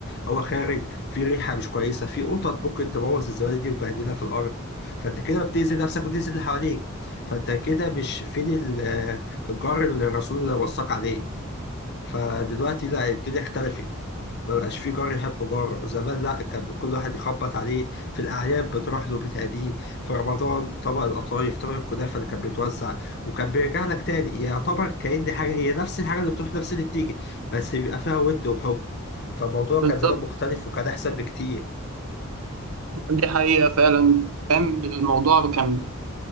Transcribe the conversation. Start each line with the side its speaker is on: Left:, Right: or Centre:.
Left: هو خارج في ريحة مش كويسة في قطط ممكن تبوظ الزبالة دي وتبهدلها في الأرض فانت كده بتأذي نفسك وتأذي اللي حواليك فانت كده مش فين ال- الجار اللي الرسول وصاك عليه فدلوقتي لا الدنيا اختلفت ما بقاش في جار يحب جار زمان لا كان كل واحد يخبط عليه في الاعياد بتروح له بتهديه في رمضان طبق القطايف طبق الكنافه اللي كان بيتوزع وكان بيرجع لك تاني يعتبر كأن حاجه هي نفس الحاجه اللي بتروح نفس اللي بتيجي بس بيبقى فيها ود وحب فالموضوع
Right: بالظبط
Left: كان زمان مختلف وكان احسن بكتير
Right: دي حقيقة فعلا كان الموضوع كان